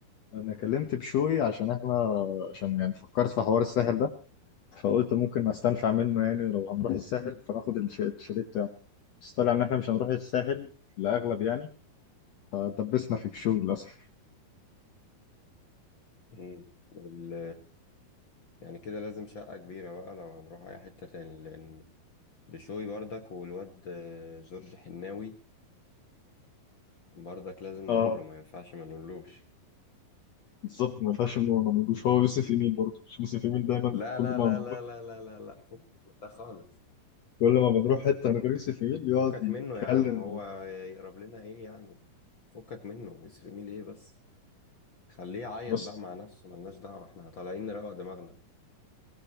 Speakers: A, on the left; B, on the left.
A: انا كلمت بشوي عشان احنا عشان يعني فكرت في حوار الساحل ده فقلت ممكن استنفع منه يعني لو هنروح الساحل فناخد الش- الشاليه بتاعه بس طلع ان احنا مش هنروح الساحل الاغلب يعني فدبسنا في الشغل للاسف
B: مم. وال يعني كده لازم شقة كبيرة بقى لو هنروح أي حتة تاني لأن بشوي بردك والواد آه، جورج حناوي بردك لازم
A: اه
B: نقول له ما ينفعش ما نقولوش
A: بالظبط ما ينفعش انه ما نقولوش هو يوسف ايميل برضه مش يوسف ايميل دايما
B: لا
A: كل
B: لا
A: ما
B: لا
A: بنروح
B: لا لا لا لا لا فكك من ده خالص
A: كل ما بنروح حته من غير يوسف ايميل
B: فكك
A: يقعد يتكلم
B: منه يا عم هو يقرب لنا ايه يعني فكك منه يسرق ميل ايه بس خليه يعيط
A: بص
B: بقى مع نفسه ملناش دعوة احنا طالعين نروق دماغنا